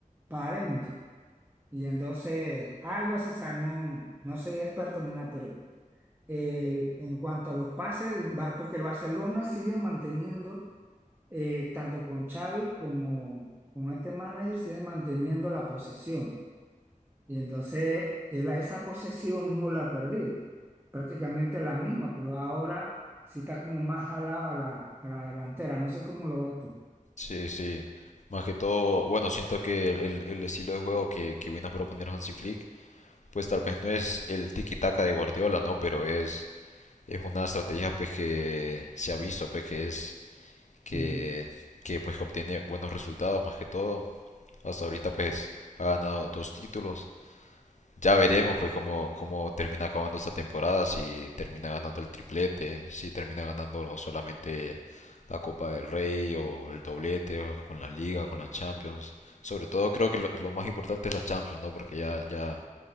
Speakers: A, on the right (about 15°); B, on the left (about 60°).
A: para adentro. Y entonces algo así, o sea, no, no soy experto ni nada, pero el- en cuanto a los pases, el Bar- porque el Barcelona sigue manteniendo, eh, tanto con Xavi como con este manager, sigue manteniendo la posesión. Y entonces él a esa posesión no la ha perdido, prácticamente la misma, pero ahora sí está como más jalada a la, a la delantera, no sé cómo lo ves tú.
B: sí, sí. Más que todo, bueno, siento que el, el estilo de juego que, que vino a proponer Hansi Flick, pues tal vez no es el tiki-taka de Guardiola, ¿no? Pero es, es una estrategia pues que se ha visto, pues que es que,
A: Ujú.
B: que pues obtiene buenos resultados más que todo. Hasta ahorita pues ha ganado dos títulos Ya veremos pues cómo, cómo termina acabando esta temporada, si termina ganando el triplete, si termina ganando solamente la Copa del Rey o el doblete o con la Liga, con la Champions. Sobre todo creo que lo, lo más importante es la Champions, ¿no? Porque ya, ya,